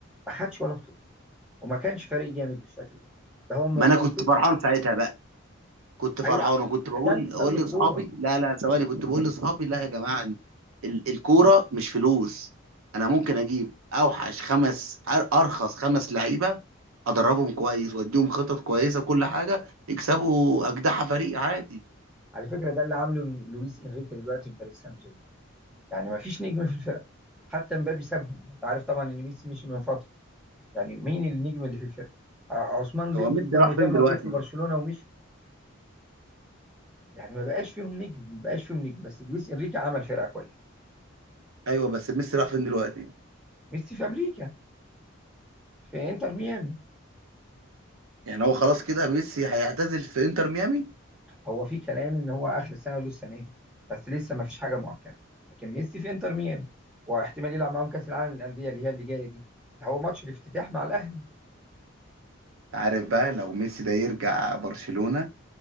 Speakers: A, in the centre; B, on the right (about 85°).
A: ما خدش ولا بطولة وما كانش فريق جامد بالشكل ده ده هو ما
B: ما
A: ما
B: انا كنت
A: وصلش
B: فرحان ساعتها بقى كنت فرحان
A: أيوه
B: وكنت بقول
A: ده انتصار
B: اقول
A: للكورة
B: لاصحابي لا لا ثواني كنت بقول لاصحابي لا يا جماعه ال- الكوره مش فلوس انا ممكن اجيب اوحش خمس أر- ارخص خمس لعيبه ادربهم كويس واديهم خطط كويسه وكل حاجه يكسبوا اجدع فريق عادي
A: على فكرة ده اللي عامله لويس إنريكي دلوقتي في باريس سان جيرمان يعني ما فيش نجم في الفرقة حتى مبابي سابهم انت عارف طبعا ان ميسي مشي من فتره يعني مين النجم اللي في الفرقه آه، عثمان ديمبلي
B: هو ميسي
A: ده
B: راح
A: اللي كان
B: فين
A: موجود
B: دلوقتي
A: في برشلونه ومشي يعني ما بقاش فيهم نجم ما بقاش فيهم نجم بس لويس انريكي عمل فرقه كويسه
B: ايوه بس ميسي راح فين دلوقتي
A: ميسي في امريكا في انتر ميامي
B: يعني هو خلاص كده ميسي هيعتزل في انتر ميامي
A: هو في كلام ان هو اخر السنه له السنه دي بس لسه ما فيش حاجه مؤكده لكن ميسي في انتر ميامي واحتمال يلعب معاهم كاس العالم للانديه اللي هي اللي جايه دي ده هو ماتش الافتتاح مع الاهلي
B: عارف بقى لو ميسي ده يرجع برشلونه